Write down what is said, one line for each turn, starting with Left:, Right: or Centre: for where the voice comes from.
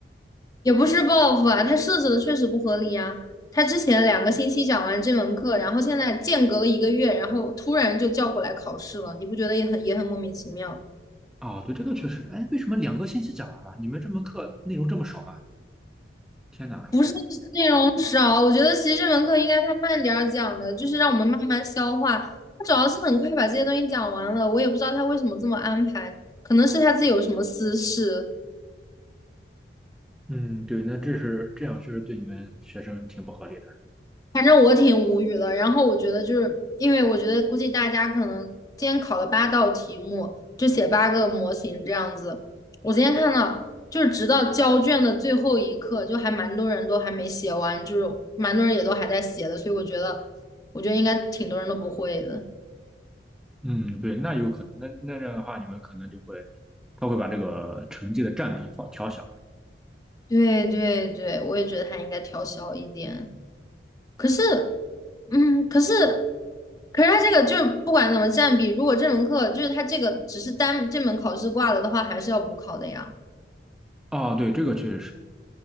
Left: 也不是报复啊，他设置的确实不合理啊。他之前两个星期讲完这门课，然后现在间隔了一个月，然后突然就叫过来考试了，你不觉得也很也很莫名其妙？
Centre: 啊，对，这个确实，哎，为什么两个星期讲完了？你们这门课内容这么少啊？天哪！
Left: 不是内容少，我觉得其实这门课应该他慢点儿讲的，就是让我们慢慢消化。他主要是很快把这些东西讲完了，我也不知道他为什么这么安排，可能是他自己有什么私事，
Centre: 嗯，对，那这是这样，确实对你们学生挺不合理的。
Left: 反正我挺无语的。然后我觉得就是因为我觉得估计大家可能今天考了八道题目，就写八个模型这样子。我今天看到就是直到交卷的最后一刻，就还蛮多人都还没写完，就是蛮多人也都还在写的，所以我觉得我觉得应该挺多人都不会的。
Centre: 嗯，对，那有可能，那那这样的话，你们可能就会，他会把这个成绩的占比放调小。
Left: 对对对，我也觉得他应该调小一点。可是，嗯，可是，可是他这个就是不管怎么占比，如果这门课就是他这个只是单这门考试挂了的话，还是要补考的呀。
Centre: 啊。对，这个确实是，